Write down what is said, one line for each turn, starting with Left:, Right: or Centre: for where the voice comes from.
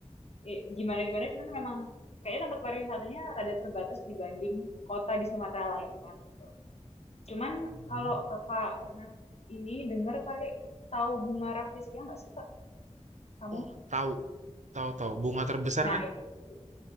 Left: eh, gimana-gimana, cuman memang kayaknya tempat pariwisatanya rada terbatas dibanding kota di Sumatera lainnya gitu. Cuman
Right: Hmm.
Left: kalau kakak pernah ini dengar kali tahu bunga rafflesia nggak sih kak kamu?
Right: Oh, tahu, tahu, tahu. Bunga terbesar
Left: Nah,
Right: kan?
Left: i- i-